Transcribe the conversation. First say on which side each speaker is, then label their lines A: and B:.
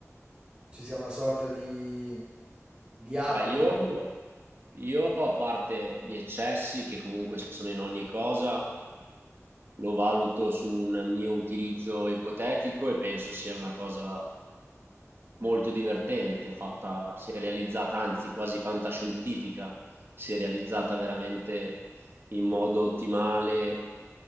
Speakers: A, on the right; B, on the right.
A: ci sia una sorta di, di avatar.
B: Beh, io, io, a parte gli eccessi che comunque sono in ogni cosa, lo valuto su un mio utilizzo ipotetico e penso sia una cosa molto divertente, fatta, si è realizzata, anzi quasi fantascientifica, si è realizzata veramente in modo ottimale.